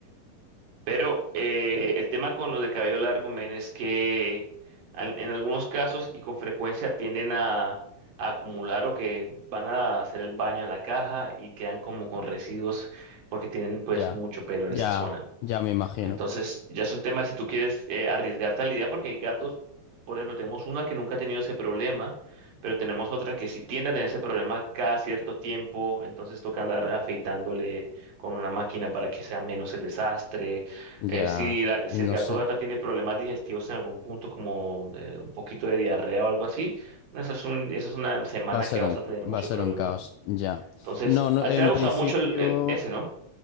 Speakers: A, on the right; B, on the left.
A: pero eh, el tema con los de cabello largo, men, es que al- en algunos casos y con frecuencia tienden a, a acumular o que van a hacer el baño en la caja y quedan como con residuos porque tienen pues
B: ya,
A: mucho pelo en
B: ya,
A: esa zona.
B: ya me imagino.
A: Entonces, ya es un tema si tú quieres eh, arriesgarte a la idea, porque hay gatos, por ejemplo, tenemos una que nunca ha tenido ese problema, pero tenemos otra que sí tiende a tener ese problema cada cierto tiempo, entonces toca andar afeitándole con una máquina para que sea menos el desastre.
B: Ya,
A: Eh, si, la- si
B: no
A: el gato
B: sé.
A: o gata tiene problemas digestivos en algún punto, como eh, un poquito de diarrea o algo así, esa es un, esa es una semana
B: Va a ser
A: que vas
B: un,
A: a tener mucho
B: va a ser
A: problema.
B: un caos, ya.
A: Entonces,
B: No, no,
A: a
B: en
A: ti te ha gustado
B: principio,
A: mucho el, el- ese, ¿no?